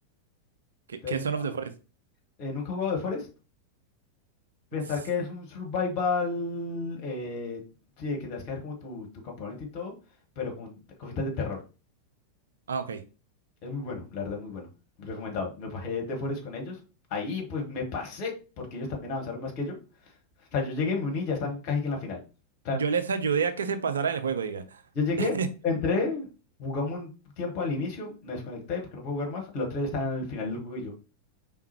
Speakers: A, on the right; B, on the left.
A: ¿Qué,
B: Entonces,
A: qué es Son of the Forest?
B: eh, nunca he jugado de Forest. Pensar
A: Tss.
B: que es un survival, eh, sí, de que tienes que hacer como tu, tu campamento y todo, pero con cositas de terror.
A: Ah, ok.
B: Es muy bueno, la verdad, muy bueno. Recomendado. Me bajé de Forest con ellos. Ahí pues me pasé, porque ellos también avanzaron más que yo. O sea, yo llegué, y me uní y ya están casi que en la final. O sea,
A: Yo les ayudé a que se pasaran el juego, diga.
B: Yo llegué,
A: <laughs>
B: entré, jugamos un tiempo al inicio, me desconecté porque no puedo jugar más. El otro día están en el final del juego y yo,